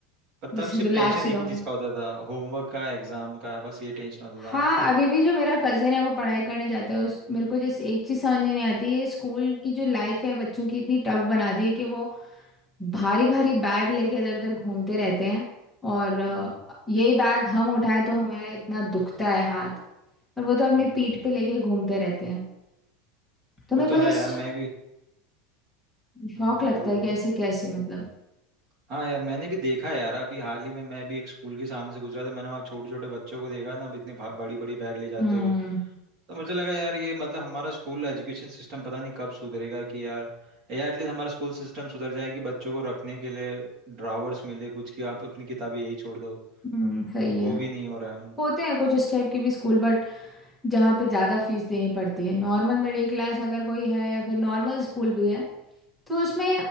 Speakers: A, on the right; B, in the centre.
A: पर
B: बस
A: तब सिर्फ
B: रिलैक्स
A: टेंशन
B: रहो
A: एक ही चीज का होता था होमवर्क का एग्जाम का बस ये टेंशन होता
B: हाँ
A: था
B: अभी भी जो मेरा कज़न है वो पढ़ाई करने जाता है उस मेरे को जैसे एक चीज़ समझ नहीं आती है स्कूल की जो लाइफ है बच्चों की इतनी टफ बना दी है कि वो भारी भारी बैग लेके इधर उधर घूमते रहते हैं और अ,
A: हम्म
B: यही बैग हम उठाएं तो हमें इतना दुखता है हाथ और वो तो अपनी
A: हम्म
B: पीठ पे लेके घूमते रहते हैं तो मेरे
A: वो तो
B: को
A: है
B: जस्ट
A: यार मैं भी
B: शौक
A: हम्म
B: लगता
A: बोल
B: है
A: बोल
B: कि ऐसे कैसे मतलब
A: हाँ यार मैंने भी देखा है यार अभी हाल ही में मैं भी एक स्कूल के सामने से गुजरा था मैंने वहाँ छोटे छोटे बच्चों को देखा ना अब इतनी बड़ी बड़ी बैग ले जाते
B: हम्म
A: हुए तो मुझे लगा यार ये मतलब हमारा स्कूल एजुकेशन सिस्टम पता नहीं कब सुधरेगा कि यार या एटलीस्ट हमारा स्कूल सिस्टम सुधर जाए कि बच्चों को रखने के लिए ड्रावर्स मिले कुछ कि आप अपनी किताबें यही छोड़ दो
B: हम्म सही
A: तो वो
B: है
A: भी नहीं हो रहा है हम्म
B: होते हैं कुछ उस टाइप के भी स्कूल बट जहाँ पे ज़्यादा फीस देनी पड़ती है नॉर्मल मिडिल क्लास अगर कोई है या फिर नॉर्मल स्कूल भी है तो उसमें